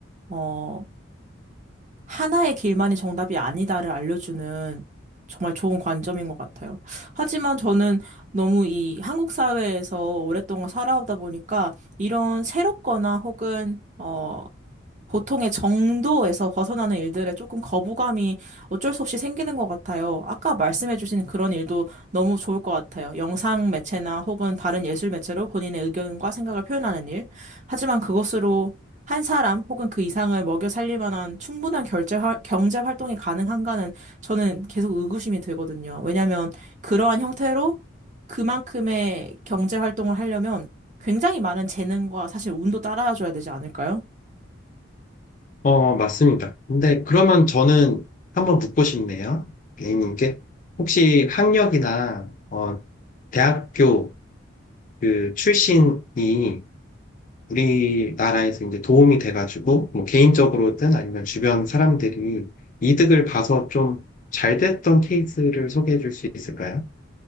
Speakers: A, on the right; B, on the left.
A: 어 하나의 길만이 정답이 아니다를 알려주는 정말 좋은 관점인 것 같아요. 하지만 저는 너무 이 한국 사회에서 오랫동안 살아오다 보니까 이런 새롭거나 혹은 어, 보통의 정도에서 벗어나는 일들에 조금 거부감이 어쩔 수 없이 생기는 것 같아요. 아까 말씀해주신 그런 일도 너무 좋을 것 같아요. 영상 매체나 혹은 다른 예술 매체로 본인의 의견과 생각을 표현하는 일. 하지만 그것으로 한 사람 혹은 그 이상을 먹여 살릴 만한 충분한 결제 활- 경제 활동이 가능한가는 저는 계속 의구심이 들거든요. 왜냐하면 그러한 형태로 그만큼의 경제 활동을 하려면 굉장히 많은 재능과 사실 운도 따라줘야 되지 않을까요?
B: 어, 맞습니다. 근데 그러면 저는 한번 묻고 싶네요. A님께. 혹시 학력이나, 어, 대학교 그 출신이 우리나라에서 이제 도움이 돼가지고, 뭐 개인적으로든 아니면 주변 사람들이 이득을 봐서 좀 잘 됐던 케이스를 소개해 줄 수 있을까요?